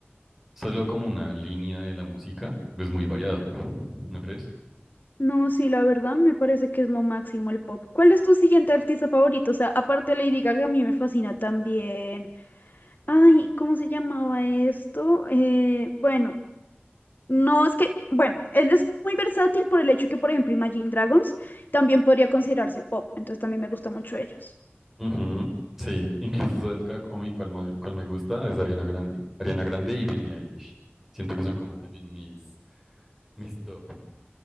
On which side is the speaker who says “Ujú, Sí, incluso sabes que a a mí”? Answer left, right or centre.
Centre